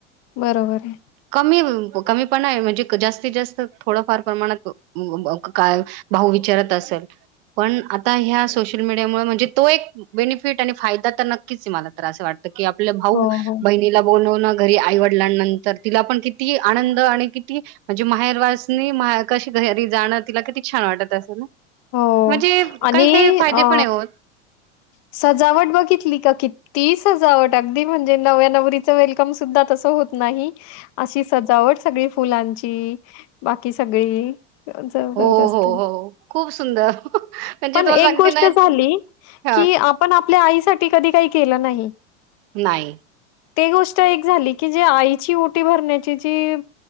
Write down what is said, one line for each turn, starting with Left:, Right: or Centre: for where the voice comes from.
Left: बरोबर आहे.
Right: कमी कमी पणा आहे म्हणजे जास्तीत जास्त थोडंफार प्रमाणात का भाऊ विचारत अस <inaudible> पण आता ह्या सोशल मीडियामुळ म्हणजे तो एक बेनिफिट आणि फायदा तर नक्कीच आहे मला तर असं वाटत की आपल्या भाऊ
Left: हो, हो,
Right: बहिणीला बोलावन घरी आईवडल्यानंतर तिला पण किती आनंद आणि किती म्हणजे माहेर वासणी मा कशी घरी जाणं तिला किती छान वाटत असेल ना
Left: हो
Right: म्हणजे
Left: आणि
Right: काही काही फायदे
Left: अ
Right: पण आहे हो.
Left: सजावट बघितली का किती सजावट अगदी म्हणजे नव्या नवरीच वेलकम सुद्धा तस होत नाही अशी सजावट सगळी फुलांची, बाकी सगळी जबरदस्त
Right: हो हो हो खूप सुंदर म्हणजे
Left: पण
Right: तुम्हाला
Left: एक
Right: सांगते
Left: गोष्ट
Right: ना
Left: झाली
Right: हा
Left: की आपण आपल्या आईसाठी कधी काही केलं नाही.
Right: नाही
Left: ते गोष्ट एक झाली की जे आईची ओटी भरण्याची जी